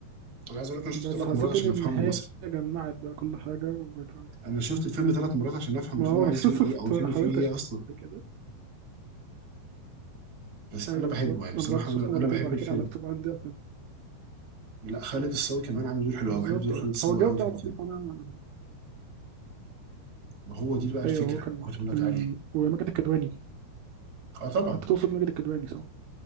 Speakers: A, on the right; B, on the right.
A: انا عايز اقول لك انا شفته
B: بس
A: ثلاث
B: حسيت
A: مرات عشان
B: ان النهايه
A: افهمه مثلا
B: جمعت بقى كل حاجه وبقيت فاهم.
A: انا شفت الفيلم ثلاث مرات عشان افهم
B: ما
A: الفيلم
B: هو
A: عايز
B: <laughs> بالظبط
A: يقول ايه او الفيلم
B: وانا حاولت
A: فيه ايه
B: اشوفه
A: اصلا
B: بعد كده
A: بس
B: ايوه
A: انا بحبه
B: بالظبط
A: يعني بصراحه
B: انا برضو
A: انا
B: شفته
A: انا
B: مرتين
A: بحب
B: بعد
A: الفيلم
B: كده على اللابتوب عندي عشان-
A: لا خالد الصاوي كمان عامل دور حلو
B: بالظبط
A: قوي بحب دور خالد
B: اه
A: الصاوي
B: هو الجو
A: قوي
B: بتاعه
A: في الفيلم
B: لطيف وانا
A: وهو دي بقى الفكره
B: ايوه هو
A: اللي
B: كان
A: كنت بقول لك
B: ال...
A: عليها
B: وماجد الكدواني
A: اه طبعا
B: انت تقصد ماجد الكدواني صح؟